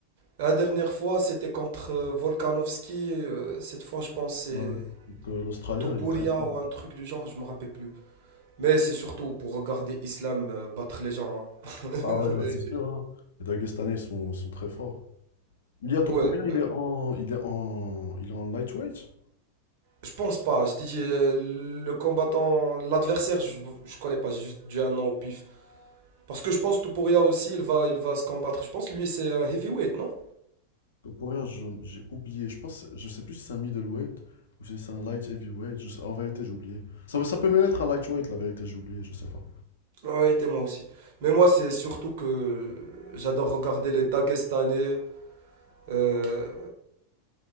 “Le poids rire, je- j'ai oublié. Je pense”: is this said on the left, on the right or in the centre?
Left